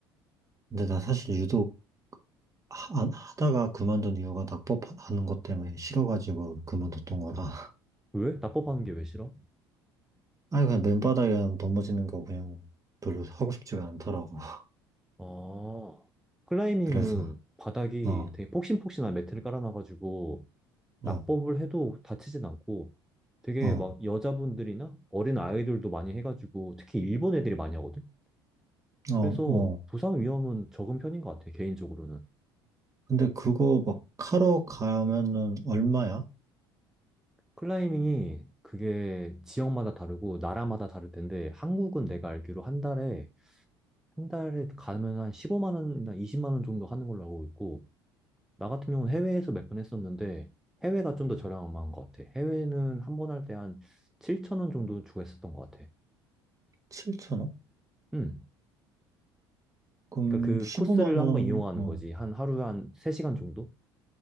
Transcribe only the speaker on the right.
근데 나 사실 유도 하- 안- 하다가 그만둔 이유가 낙법하는 것 때문에 싫어가지고 그만뒀던 거라. <laughs>
아니, 그냥 맨바닥에 그냥 넘어지는 거 그냥 별로 하고 싶지가 않더라고. <laughs>
그래서,
어,
어,
어,
어,
어.
근데 그거 막 하러 가면은 얼마야?
7천 원?
그럼
15만
원,
어.